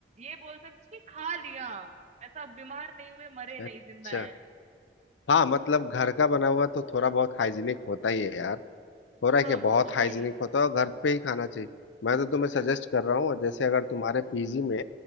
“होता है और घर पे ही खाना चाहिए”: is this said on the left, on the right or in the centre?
Left